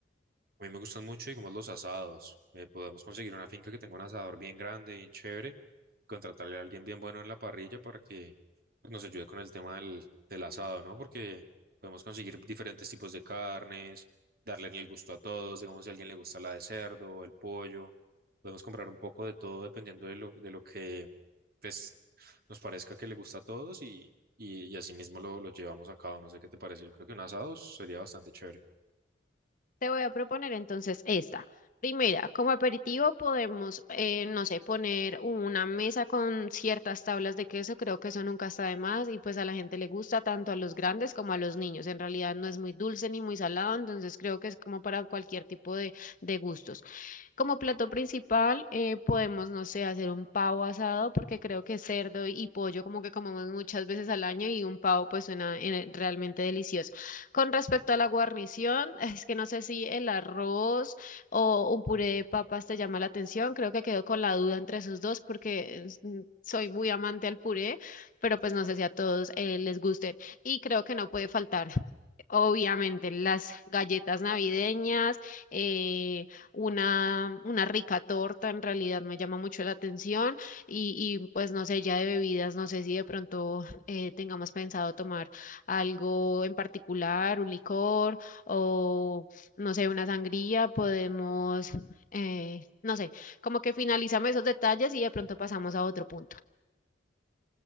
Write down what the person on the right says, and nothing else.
a mí me gustan mucho y como los asados. Eh, podemos conseguir una finca que tenga un asador bien grande, bien chévere, contratarle a alguien bien bueno en la parrilla para que pues, nos ayude con el tema del, del asado, ¿no? Porque podemos conseguir diferentes tipos de carnes, darle el gusto a todos, digamos si a alguien le gusta la de cerdo, el pollo. Podemos comprar un poco de todo dependiendo de lo, de lo que pues, nos parezca que le gusta a todos y, y, y así mismo lo, lo llevamos a cabo. No sé qué te parece, yo creo que un asado sería bastante chévere.